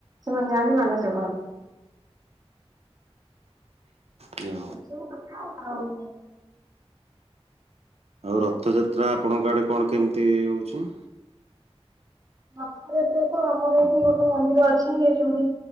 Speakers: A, on the right; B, on the right.
A: ସେମାନେ ଯାଆନ୍ତି ମାନସିକ କରନ୍ତି।
B: ୟି ଅ
A: ସବୁ କଥା ଆଉ ନାହିଁ।
B: ଆଉ ରଥଯାତ୍ରା ଆପଣଙ୍କ ଆଡେ କଣ କେମିତି ହଉଛି।
A: ରଥ ଯାତ୍ରା ତ ଆମର ଏହିଠି ଗୋଟେ ମନ୍ଦିର ଅଛିି ଏହିଠି ଗୁଡି।